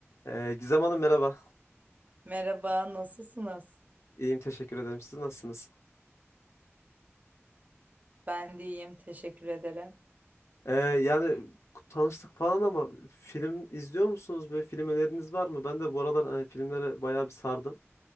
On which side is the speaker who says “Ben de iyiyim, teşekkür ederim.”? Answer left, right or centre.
Right